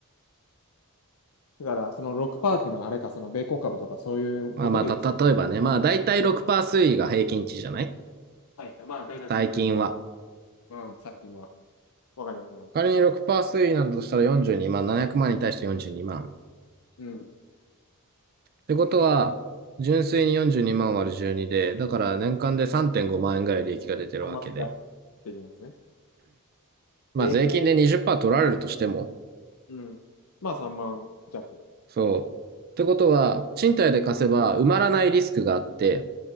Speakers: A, on the left; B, on the right.
A: だから、そのろくパーっていうのはあれか、その米国株とかそういうことでいいです。
B: まあまあ、た、例えばね、まあ大体6%推移が平均値じゃない
A: はい。まあ、大体そのぐらいです。
B: 最近は。
A: うん、最近は。わかります、わかります。
B: 仮に6%推移なんだとしたら42万、700万に対して42万。
A: うん。
B: てことは、純粋に42万割る12で、だから年間で3.5万円ぐらい利益が出てるわけで。
A: 3万円からできますね。
B: まあ税金で20%
A: でけえ、
B: 取られるとしても、
A: うん。まあ、3万弱。
B: そう。ってことは、賃貸で貸せば埋まらないリスクがあって、